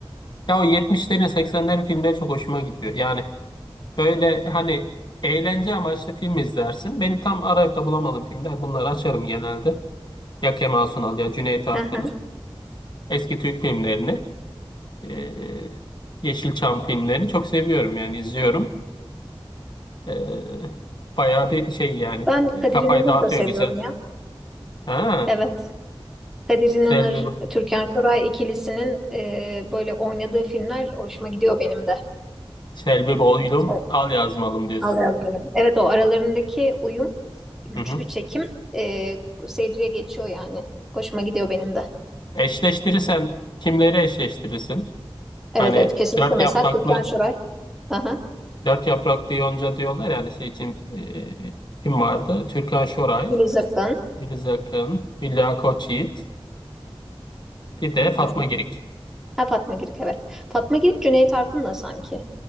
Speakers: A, on the left (about 50°); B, in the centre.
A: Ya o 70'lerin 80'lerin filmleri çok hoşuma gidiyor. Yani böyle hani eğlence amaçlı film izlersin. Benim tam arayıp da bulamadığım filmler bunları açarım genelde. Ya Kemal Sunal ya Cüneyt Arkın'ı.
B: Hı hı.
A: Eski Türk filmlerini. eee, Yeşilçam filmlerini çok seviyorum yani izliyorum. Eee bayağı bir şey yani.
B: Ben
A: e,
B: Kadir
A: Kafayı
B: İnanır'ı
A: dağıtıyor
B: da seviyorum
A: güzel.
B: ya.
A: Ha,
B: Evet. Kadir İnanır,
A: Selvi,
B: Türkan Şoray ikilisinin e, böyle oynadığı filmler hoşuma gidiyor benim de.
A: Selvi Boylum
B: O-
A: al yazmalım diyorsun.
B: Al yaz benim. Evet o aralarındaki uyum güçlü
A: Hı hı.
B: çekim e, seyirciye geçiyor yani. Hoşuma gidiyor benim de.
A: Eşleştirirsen kimleri eşleştirirsin?
B: Evet
A: Hani
B: evet kesinlikle
A: dört
B: mesela
A: yapraklı
B: Türkan Şoray. Aha.
A: dört yapraklı yonca diyorlar yani şey için e, kim vardı? Türkan Şoray,
B: Filiz Akın.
A: Filiz Akın, Hülya Koçyiğit, bir de
B: Ee,
A: Fatma Girik.
B: Ha, Fatma Girik evet. Fatma Girik Cüneyt Arkın'la sanki